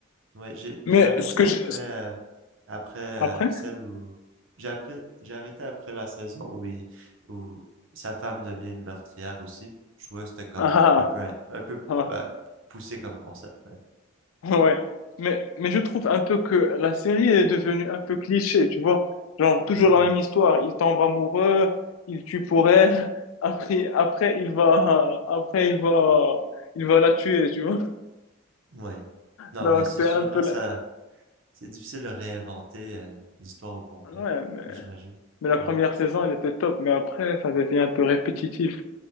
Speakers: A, on the right; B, on the left.
A: Ouais, j'ai
B: Mais
A: j'ai arrêté
B: ce que
A: après
B: je...
A: euh, après euh,
B: Après?
A: celle où j'ai après j'ai arrêté après la saison où il- où sa femme devient une meurtrière aussi. Je trouvais que c'était comme
B: Ah,
A: un peu un peu
B: ah. ah.
A: ben, poussé comme concept, mais
B: Ouais, mais, mais je trouve un peu que la série est devenue un peu cliché, tu vois. Genre, toujours
A: Mhm.
B: la même histoire. Il tombe amoureux, il tue pour elle, <laughs> après, après, il va, après, il va, il va la tuer, tu vois.
A: ouais. Non,
B: Donc,
A: mais c'est
B: c'est
A: sûr,
B: un peu,
A: hein, ça
B: la-
A: c'est difficile de réinventer euh, l'histoire au complet,
B: ouais, mais,
A: j'imagine.
B: mais la
A: Ouais.
B: première saison, elle était top, mais après, ça devient un peu répétitif.